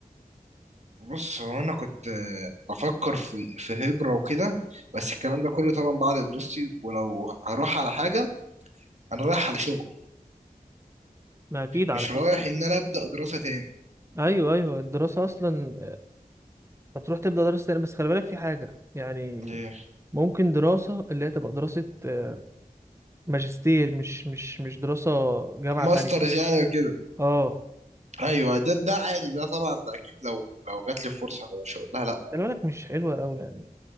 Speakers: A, on the right; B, on the right.
A: بص هو انا كنت آه، بفكر في في هجره وكده بس الكلام ده كله طبعا بعد دراستي ولو هروح على حاجه انا رايح على شغل
B: ما اكيد علشان
A: مش رايح ان انا ابدا دراسه تاني
B: ايوه ايوه الدراسة اصلا هتروح تبدأ دراسة تانية بس خلي بالك في حاجة يعني
A: ايه
B: ممكن دراسة اللي هي تبقى دراسة آه، ماجستير مش مش مش دراسة جامعة
A: ماسترز
B: تانية
A: يعني وكده
B: اه
A: ايوه ده ده عادي ده طبعا ده اكيد لو لو جات لي فرصه مش هقول لها لا
B: خلي بالك مش حلوة أوي يعني